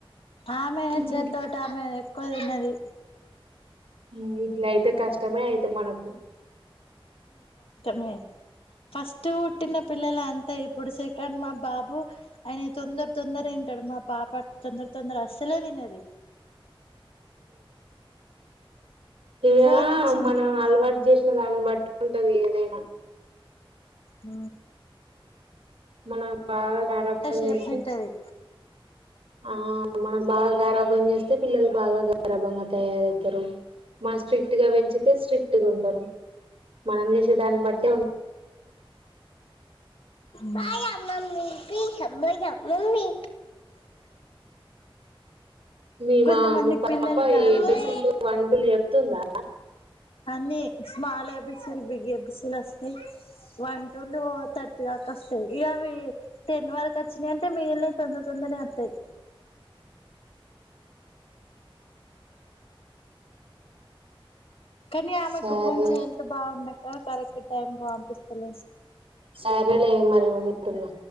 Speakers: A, on the left (about 75°); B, on the right (about 80°).
A: ఆమె
B: ఉహు
A: చేత్తోటి ఆమె ఎక్కువ తిన్నది
B: మ్మ్ ఇట్లా అయితే కష్టమే అయితే మనకు
A: మ ఫస్ట్ హుట్టిిన పిల్లలు అంతా ఇ ఇప్పుడు సెకండ్ మా బాబు ఆయన తొందర తొందర వింటాడు మా పాప తొందర తొందర అస్సలే వి అది
B: ఇ
A: ఫోన్ ఇచ్చిన
B: మన హల్వాార్ చేసిన దాన్ని బట్టి ఉంటది ఏదైనా
A: ఆ
B: మన బాగా గారబ్బని
A: సేపు
B: చేస్తే
A: తింటది
B: ఆ మనం బాగా గారా పని చేస్తే పిల్లలు బాగా గ సరాభంగా తయారవుతారు మన స్ట్రిక్ట్ గా పెంచితే స్ట్రిక్ట్గా ఉంటారు మనం చేసే దాన్ని బట్టే ఉ
A: బాయ మమ్మీ పషా మమ్మీ
B: మీ
A: కొంతమందికి
B: మా మీ పాప
A: పిల్లలు గారలే
B: ఏబిసిలు వన్ టూ చెప్తుందా
A: అన్ని స్మాల్ ఎబిసలు బిగ్ ఎబిసీలు వస్తాయి వన్ టూలు థర్టీ వస్తాయి ఇకవి టెన్ వరకు వచ్చినాయియంటే మిగిల్ని తొంద తొందనే వస్తాయి కానీ ఆమెకు
B: సరే
A: కొంచెం హెల్త్ బాగుండక కరెక్ట్ టైం కు పంపిస్తలే
B: సరేలే మరి ఉంటున్నా